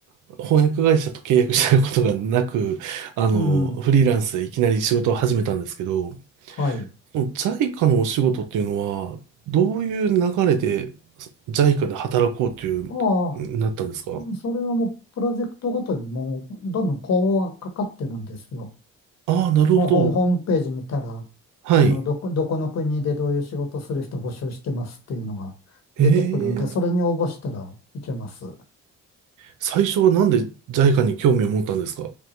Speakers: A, on the right; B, on the left.
A: う、翻訳会社と契約したことがなく、あの、
B: うん。
A: フリーランスでいきなり仕事を始めたんですけど、
B: はい。
A: JICA のお仕事っていうのは、どういう流れで JICA で働こうという、
B: あ
A: なったんですか
B: あ、それはもう、プロジェクトごとにもう、どんどんこうかかってるんですよ。
A: ああー、なるほど。
B: ホホーム、ホームページ見たら、
A: はい。
B: あの、どこ、どこの国でどういう仕事する人募集してますっていうのが出てくるんで、
A: ええ、
B: それに応募したらいけます。
A: 最初はなんで JICA に興味を持ったんですか